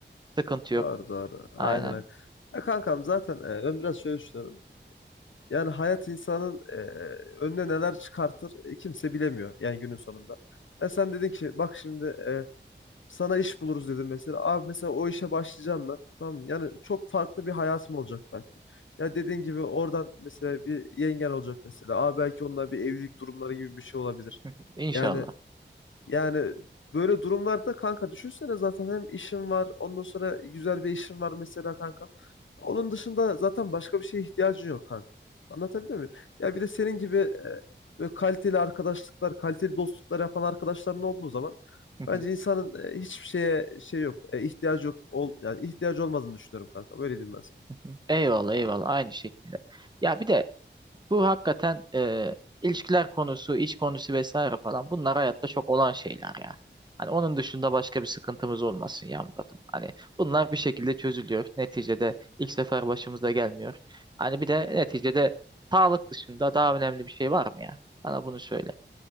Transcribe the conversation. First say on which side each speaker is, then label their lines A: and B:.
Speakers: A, on the right; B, on the left.
A: Sıkıntı
B: Doğru
A: yok.
B: doğru. Aynen
A: Aynen.
B: aynen. Ya kankam zaten e, ben biraz şöyle düşünüyorum. Yani hayat insanın e, önüne neler çıkartır e, kimse bilemiyor yani günün sonunda. Ya sen dedin ki bak şimdi e, sana iş buluruz dedim mesela. Abi mesela o işe başlayacağım ben. Tamam mı? yani çok farklı bir hayatım olacak belki. Ya dediğin gibi oradan mesela bir yengen olacak mesela. Abi belki onunla bir evlilik durumları gibi bir şey olabilir.
A: <laughs> İnşallah.
B: Yani yani böyle durumlarda kanka düşünsene zaten hem işim var ondan sonra güzel bir işim var mesela kanka. Onun dışında zaten başka bir şeye ihtiyacın yok kanka. Anlatabiliyor muyum? Ya bir de senin gibi e, böyle kaliteli arkadaşlıklar, kaliteli dostluklar yapan arkadaşların olduğu zaman
A: <laughs>
B: bence insanın e, hiçbir şeye şey yok, e, ihtiyacı yok, ol, yani ihtiyacı olmadığını düşünüyorum kanka. Böyle diyeyim ben sana.
A: <laughs> Eyvallah eyvallah aynı şekilde. Ya bir de bu hakikaten e, ilişkiler konusu, iş konusu vesaire falan bunlar hayatta çok olan şeyler ya. Hani onun dışında başka bir sıkıntımız olmasın ya Murat'ım. Hani bunlar bir şekilde çözülüyor. Neticede ilk sefer başımıza gelmiyor. Hani bir de neticede sağlık dışında daha önemli bir şey var mı ya? Bana bunu söyle.